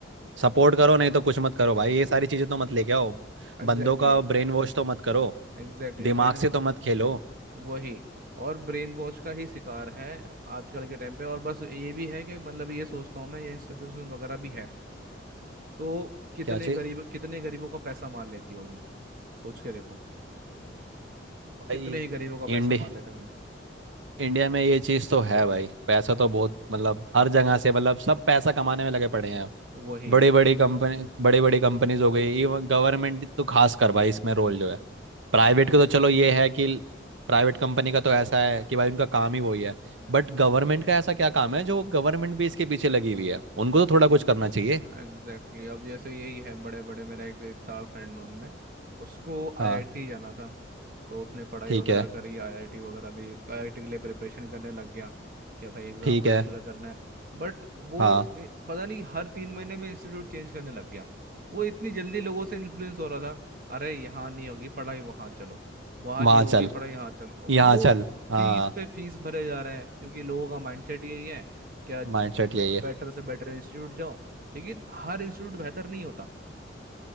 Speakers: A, on the right; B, on the right.
A: सपोर्ट करो नहीं तो कुछ मत करो भाई ये सारी चीज़ें तो मत लेके आओ
B: एग्जैक्टली
A: बंदों का ब्रेन वॉश तो मत करो
B: Exactly
A: दिमाग
B: brainwash
A: से तो मत खेलो
B: वही और ब्रेन वॉश का ही शिकार है आजकल के टाइम पे और बस ये भी है कि मतलब ये सोचता हूँ मैं ये इंस्टीट्यूशन वगैरह भी है तो कितने
A: क्या चीज़
B: गरीब कितने गरीबों का पैसा मार लेती होगी सोच के देखो
A: भाई
B: कितने ही गरीबों का पैसा
A: इंडिया
B: मार लेते हैं
A: इंडिया में ये चीज़ तो है भाई पैसा तो बहुत मतलब हर जगह से मतलब सब पैसा कमाने में लगे पड़े हैं
B: वही
A: बड़े बड़े कंपनी बड़े बड़े कंपनीज हो गई इवन गवर्नमेंट तो खास कर भाई इसमें रोल जो है प्राइवेट का तो चलो ये है कि प्राइवेट कंपनी का तो ऐसा है कि भाई उनका काम ही वही है बट गवर्नमेंट का ऐसा क्या काम है जो गवर्नमेंट भी इसके पीछे लगी हुई है उनको तो
B: Exactly
A: थोड़ा कुछ करना चाहिए
B: exactly. अब जैसे यही है बड़े बड़े मेरा एक एक था फ्रेंड नोन में उसको आईआईटी
A: हाँ
B: जाना था तो उसने पढ़ाई
A: ठीक
B: वगैरह
A: है
B: करी आईआईटी वगैरह भी आईआईटी के लिए प्रिपरेशन करने लग गया कि भाई एग्जाम
A: ठीक
B: वगैरह
A: है
B: क्लियर करना है बट वो
A: हाँ
B: ए, पता नहीं हर तीन महीने में इंस्टीट्यूट चेंज करने लग गया वो इतनी जल्दी लोगों से इन्फ्लुएंस हो रहा था अरे यहाँ नहीं होगी पढ़ाई वहाँ चलो वहाँ
A: वहाँ
B: नहीं होगी
A: चल
B: पढ़ाई यहाँ चलो और
A: यहाँ
B: वो
A: चल हाँ
B: फीस पे फीस भरे जा रहे हैं क्योंकि लोगों का माइंडसेट यही है क्या
A: माइंडसेट यही है
B: बेटर से बेटर इंस्टीट्यूट जाओ लेकिन हर इंस्टीट्यूट बेहतर नहीं होता